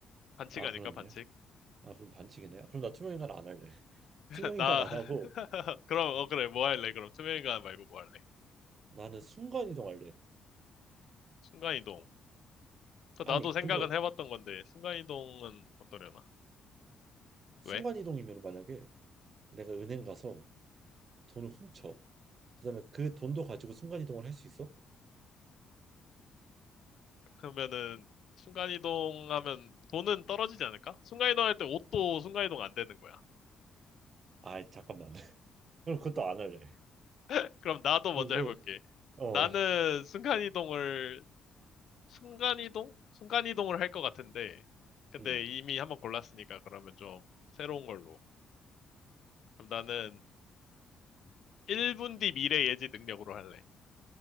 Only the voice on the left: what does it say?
반칙
아닐까,
반칙?
<laughs>
나,
<laughs> 그럼, 어, 그래, 뭐 할래? 그럼 투명인간 말고 뭐 할래?
순간이동. 그
나도 생각은
해봤던 건데, 순간이동은 어떠려나?
왜?
그러면은, 순간이동 하면 돈은 떨어지지 않을까? 순간이동 할 때 옷도 순간이동 안 되는 거야.
<laughs> 그럼 나도 먼저
해볼게.
나는 순간이동을, 순간이동? 순간이동을 할 것 같은데, 근데
이미 한번 골랐으니까 그러면 좀 새로운 걸로. 그럼 나는 1분 뒤 미래 예지 능력으로 할래.